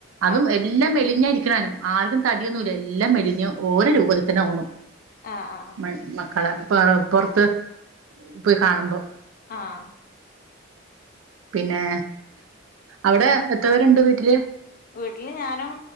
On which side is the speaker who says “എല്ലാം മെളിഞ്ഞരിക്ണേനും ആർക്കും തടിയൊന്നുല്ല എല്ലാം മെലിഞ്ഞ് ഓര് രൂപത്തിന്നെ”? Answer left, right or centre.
Right